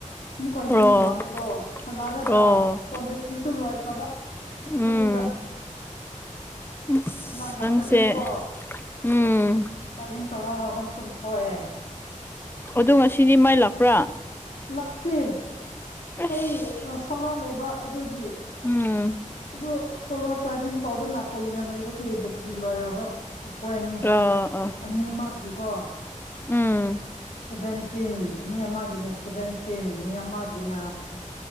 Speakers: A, on the left; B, on the left.
A: ꯑꯃꯨꯛꯀꯣ ꯌꯨꯝ
B: ꯑꯣ
A: ꯍꯜꯂꯛꯄꯗꯣ ꯍꯜꯂꯛꯑꯒ
B: ꯑꯣ
A: ꯐꯣꯟꯗꯇ꯭ꯔꯤꯁꯨ ꯂꯣꯏꯈ꯭ꯔꯕ
B: ꯎꯝ
A: ꯑꯗꯨꯗꯨꯗ
B: ꯑꯁ
A: ꯂꯥꯏ ꯂꯥꯛꯇꯕꯤꯒꯤꯀꯣ
B: ꯅꯪꯁꯦ ꯎꯝ
A: ꯆꯥꯔꯖꯤꯡ ꯇꯧꯔꯒꯒꯝ ꯇꯨꯝꯊꯣꯛꯑꯦ
B: ꯑꯗꯣ ꯉꯁꯤꯗꯤ ꯃꯥꯏ ꯂꯥꯛꯄ꯭ꯔꯥ
A: ꯂꯥꯛꯇꯦ
B: ꯑꯁ
A: ꯑꯩ ꯁꯣꯂꯥꯏ ꯂꯩꯕ ꯑꯗꯨꯒꯤ
B: ꯎꯝ
A: ꯑꯗꯨ ꯁꯣꯂꯥꯔ ꯆꯥꯔꯖꯤꯡ ꯇꯧꯗꯅ ꯀꯨꯏꯅ ꯂꯩꯕꯒꯤ ꯕꯦꯇ꯭ꯔꯤ ꯂꯣꯏꯔꯕ ꯀꯣꯏ ꯑꯅꯤ
B: ꯑ ꯑ
A: ꯑꯅꯤꯃꯛꯀꯤꯀꯣ
B: ꯎꯝ
A: ꯁꯚꯦꯟꯇꯤꯟ ꯃꯤ ꯑꯃꯒꯤꯅ ꯁꯚꯦꯟꯇꯤꯟ ꯃꯤ ꯑꯃꯒꯤꯅ